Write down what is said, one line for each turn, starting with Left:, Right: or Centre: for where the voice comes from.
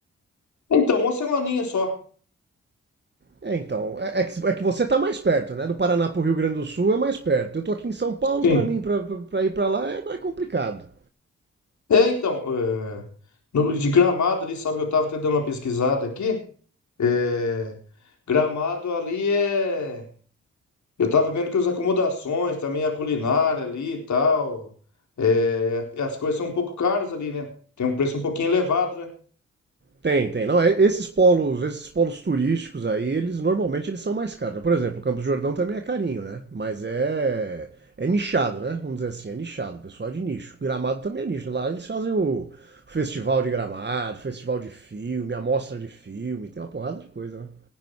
Left: Então, uma semaninha só.
Right: É, então, é, é que, é que você tá mais perto, né? Do Paraná pro Rio Grande do Sul é mais perto. Eu tô aqui em São Paulo,
Left: Sim.
Right: pra mim, pra, pra- pra ir pra lá é, é complicado.
Left: É, então. é, no, de Gramado ali, sabe que eu estava até dando uma pesquisada aqui. É, Gramado ali é. Eu estava vendo que as acomodações, também a culinária ali e tal. é, as coisas são um pouco caras ali, né? Tem um preço um pouquinho elevado, né?
Right: Tem, tem. Não, é- esses polos, esses polos turísticos aí, eles normalmente eles são mais caros. Por exemplo, o Campos do Jordão também é carinho, né? Mas é é nichado, né? Vamos dizer assim, é nichado. O pessoal é de nicho. Gramado também é nicho. Lá eles fazem o festival de Gramado, festival de filme, amostra de filme, tem uma porrada de coisa, né?